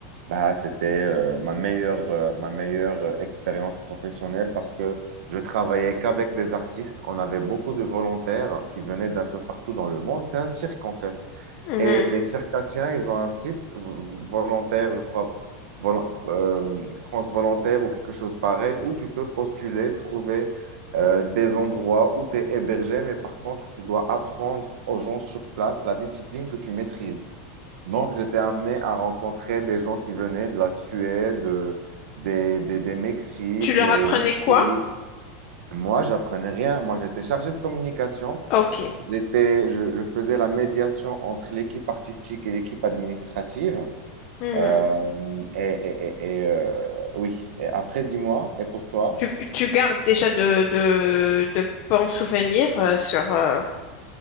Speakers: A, on the right (about 85°); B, on the left (about 35°).
A: bah, c'était euh, ma meilleure, euh, ma meilleure euh, expérience professionnelle parce que je travaillais qu'avec des artistes. On avait beaucoup de volontaires qui venaient d'un peu partout dans le monde. C'est un cirque, en fait.
B: Mhm.
A: Et les circassiens, ils ont un site v- volontaire, je crois, vol- euh, France Volontaire ou quelque chose pareil, où tu peux postuler, trouver euh, des endroits où tu es hébergé, mais par contre, tu dois apprendre aux gens sur place la discipline que tu maîtrises. Donc, j'étais amené à rencontrer des gens qui venaient de la Suède, euh, des, des, des Mexiques,
B: Tu leur
A: euh,
B: apprenais
A: du
B: quoi?
A: Chili. Moi, j'apprenais rien. Moi, j'étais chargé de communication.
B: Ok.
A: J'étais, je, je faisais la médiation entre l'équipe artistique et l'équipe administrative.
B: Mhm.
A: Euh, et et- et- et, euh, oui, et après, dis-moi, et pour toi?
B: Tu, tu gardes déjà de, de, de bons souvenirs euh, sur, euh,